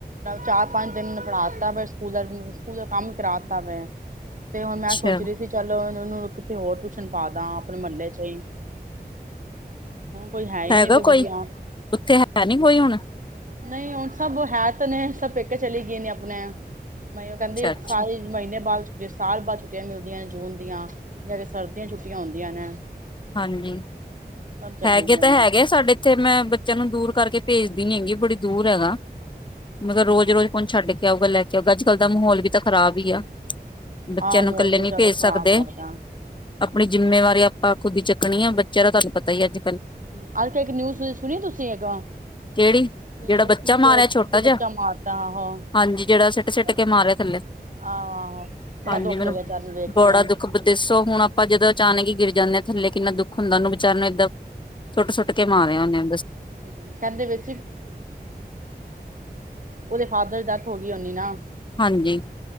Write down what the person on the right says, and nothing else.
ਚਾਰ ਪੰਜ ਦਿਨ ਪੜ੍ਹਾ ਤ ਬਸ, <unintelligible> ਬਾਵੇ, ਤੇ ਹੁਣ
ਮੈਂ ਸੋਚ ਰਹੀ ਸੀ ਚਲ ਉਹਨੂੰ ਕਿੇ ਹੋਰ ਟਿਊਸ਼ਨ ਪਾ ਦਾਂ, ਆਪਣੇ ਮੱਲੇ ਚ ਹੀ, ਹੁਣ ਕੋਈ ਹੈ ਹੀ
ਨਹੀਂ
ਵਧੀਆ
ਨਹੀਂ ਹੁਣ ਸਭ ਹੈ ਤਾਂ ਨੇ ਸਭ ਪੇਕੇ ਚਲੀ ਗਏ ਨੇ ਆਪਣੇ,,,,,, ਮੈਂ ਉਹ ਕਹਿੰਦੀ
ਸਾਰੇ ਮਹੀਨੇ ਬਾਦ, <unintelligible> ਸਾਲ ਬਾਅਦ ਛੁੱਟੀਆਂ ਮਿਲਦੀਆਂ ਨੇ ਜੂਨ,,, ਦੀਆਂ ਜਾਂ ਫਿਰ ਸਰਦੀਆਂ ਛੁੱਟੀਆਂ ਹੁੰਦੀਆਂ ਨੇ,
ਸਭ ਚਲੇ
ਗਏ
ਨੇ
ਹਾਂ
ਆਹ ਮਾਹੌਲ
ਬਹੁਤ
ਜ਼ਿਆਦਾ
ਖ਼ਰਾਬ ਹੋਇਆ
ਹੂੰ ਅੱਜ ਕੱਲ ਇੱਕ ਨਿਊਜ਼ ਸੁਣੀ ਤੁਸੀਂ ਇੱਕ
ਯੂਪੀ
ਚ
ਇੱਕ
ਬੱਚਾ ਮਾਰਤਾ ਆਹੋ
ਆਹੋ
ਆਹੋ ਬੜਾ
ਦੁੱਖ
ਲੱਗਿਆ ਚੱਲ ਵੇਖ
ਕੇ
<unintelligible> ਉਹਦੇ ਫਾਦਰ ਦੀ ਡੈਥ ਹੋ ਗਈ ਓਨੀ ਨਾ,